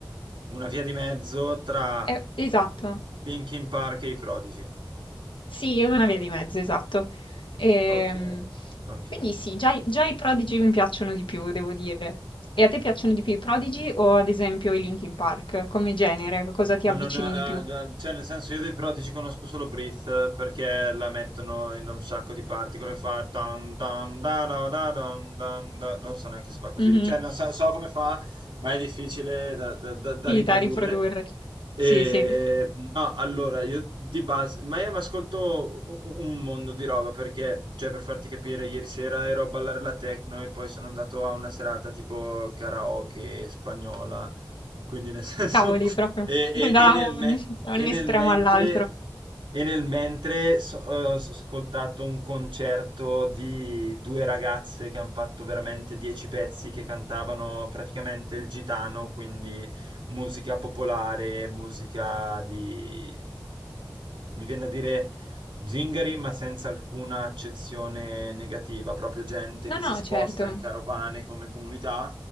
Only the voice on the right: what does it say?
una via di mezzo tra
Linkin Park e i Prodigy.
Ok, ok.
Ma non- eh,
da- cioè, nel senso, io dei Prodigy conosco solo Breathe perché la mettono in un sacco di parti. Quello che fa tan, tan, da, da, da, dan, dan, da. Non so neanche se fa così.
Cioè, non so, so come fa, ma è difficile da, da- da- da
riprodurre.
E,
no, allora, io di base, ma io mi ascolto un, un mondo di roba perché, cioè, per farti capire, ieri sera ero a ballare la techno e poi sono andato a una serata tipo karaoke spagnola. Quindi, nel <laughs> senso.
E,
e-
e nel
me-
e
nel
mentre,
e nel mentre so- eh, ho ascoltato un concerto di due ragazze che hanno fatto veramente dieci pezzi che cantavano praticamente il gitano, quindi musica popolare, musica di... mi viene da dire zingari, ma senza alcuna accezione negativa, proprio gente
che
si sposta
in carovane come comunità